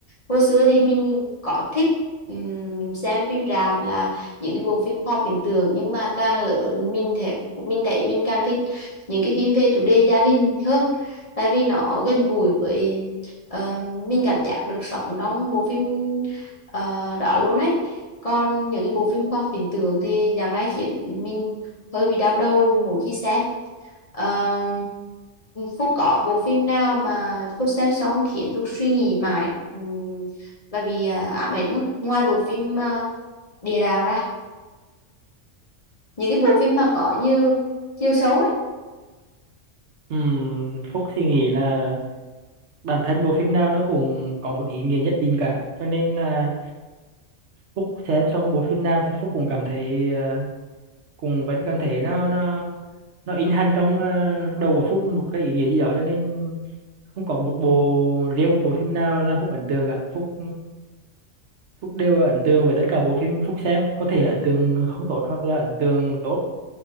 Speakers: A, on the left; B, on the right.
A: hồi xưa thì mình có thích ừm, xem phim rạp là những cái bộ phim khoa học viễn tưởng nhưng mà càng lớn mình thấy mình thấy mình càng thích những cái phim về chủ đề gia đình hơn tại vì nó gần gũi với ờ, mình cảm giác được sống trong bộ phim ờ, đó luôn ấy còn những cái bộ phim khoa học viễn tưởng thì dạo này khiến mình hơi bị đau đầu mỗi khi xem Ờ, Phúc có bộ phim nào mà Phúc xem xong khiến Phúc suy nghĩ mãi ừm, và bị à, ám ảnh không? Ngoài bộ phim à, Địa Đạo ra những cái bộ phim mà có nhiều chiều xấu ấy
B: Ừm, Phúc thì nghĩ là bản thân bộ phim nào nó cũng có một ý nghĩa nhất định cả cho nên là Phúc xem xong bộ phim nào thì Phúc cũng cảm thấy à, cũng vẫn cảm thấy nó nó nó in hằn trong à, đầu của Phúc một cái ý nghĩa gì đó cho nên không có một bộ riêng một bộ phim nào làm Phúc ấn tượng cả Phúc Phúc đều ấn tượng với tất cả bộ phim Phúc xem có thể là ấn tượng không tốt hoặc là ấn tượng tốt